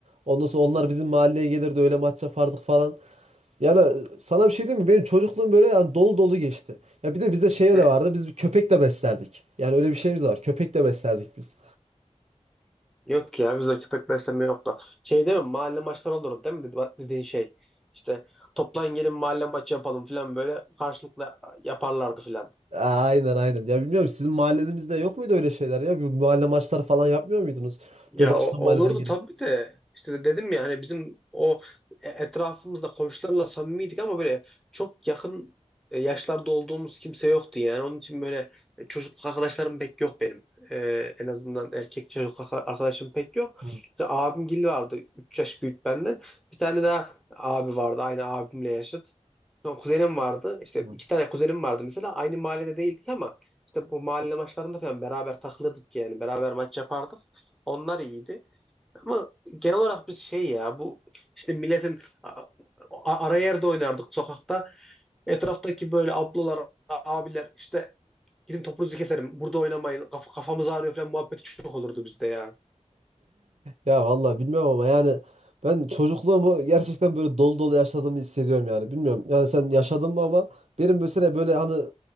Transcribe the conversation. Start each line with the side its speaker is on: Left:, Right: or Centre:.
Right: Ondan sonra onlar bizim mahalleye gelirdi öyle maç yapardık falan. Yani sana bir şey diyeyim mi? Benim çocukluğum böyle yani dolu dolu geçti. Ya bir de bizde şey de
Centre: E,
Right: vardı. Biz bir köpek de beslerdik. Yani öyle bir şeyimiz de var. Köpek de beslerdik biz.
Centre: Yok ya bizde köpek besleme yoktu. Şey değil mi? Mahalle maçları olurdu değil mi? Dedi- Dediği şey. İşte toplan gelin mahalle maçı yapalım falan böyle karşılıklı yaparlardı falan.
Right: Aynen aynen. Ya bilmiyorum sizin mahallenizde yok muydu öyle şeyler ya? Bir mahalle maçları falan yapmıyor muydunuz?
Centre: Ya
Right: Böyle başka
Centre: o-
Right: mahalleden
Centre: olurdu
Right: gelip.
Centre: tabii de işte dedim ya hani bizim o e- etrafımızda komşularla samimiydik ama böyle çok yakın e, yaşlarda olduğumuz kimse yoktu yani. Onun için böyle çocukluk arkadaşlarım pek yok benim. Ee, en azından erkek çocukluk arka- arkadaşım pek yok.
Right: Hı,
Centre: İşte abimgil vardı 3 yaş büyük benden. Bir tane daha abi vardı aynı abimle yaşıt. Sonra kuzenim vardı. İşte
Right: hı.
Centre: iki tane kuzenim vardı mesela. Aynı mahallede değildik ama işte bu mahalle maçlarında falan beraber takılırdık yani. Beraber maç yapardık. Onlar iyiydi. Ama genel olarak biz şey ya bu işte milletin a- a- ara yerde oynardık sokakta. Etraftaki böyle ablalar, abiler işte gidin topunuzu keserim. Burada oynamayın. Kaf kafamız ağrıyor falan muhabbeti çok olurdu bizde ya.
Right: Ya vallahi bilmiyorum ama yani ben çocukluğumu gerçekten böyle dolu dolu yaşadığımı hissediyorum yani. Bilmiyorum yani sen yaşadın mı ama benim mesela böyle hani